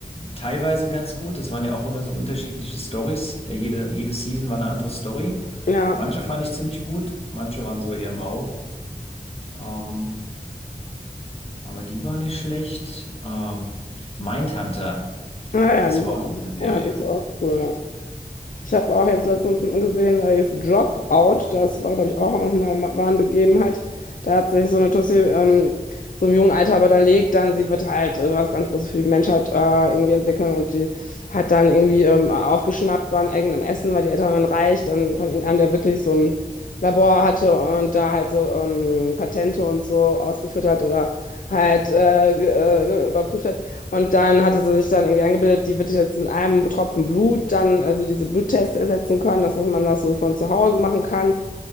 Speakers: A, on the left; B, on the left.
A: teilweise ganz gut. Das waren ja auch immer so unterschiedliche Stories. Ja, jede, jede Season war eine andere Story.
B: Ja.
A: Manche fand ich ziemlich gut, manche waren so eher mau. Ähm, aber die war nicht schlecht. Ähm, Mindhunter,
B: Ah ja,
A: das
B: die
A: war
B: sind,
A: auch eine gute Serie.
B: ja, das ist auch cool. Ich habe auch jetzt letztens gesehen, da ist Dropout, das war, glaube ich, auch aus einer wahren Begebenheit. Da hat sich so eine Tussi ähm, so im jungen Alter überlegt, dann sie wird halt äh, was ganz Großes für die Menschheit äh, irgendwie entwickeln und die hat dann irgendwie ähm, aufgeschnappt bei eigenem Essen, weil die Eltern waren reich, dann von irgendeinem, der wirklich so ein Labor hatte und da halt so ähm, Patente und so ausgeführt hat oder halt äh, ge- äh, ne, überprüft hat. Und dann hatte sie sich dann irgendwie angebildet, die wird jetzt mit einem Tropfen Blut dann also diese Bluttests ersetzen können, dass man das so von zu Hause machen kann.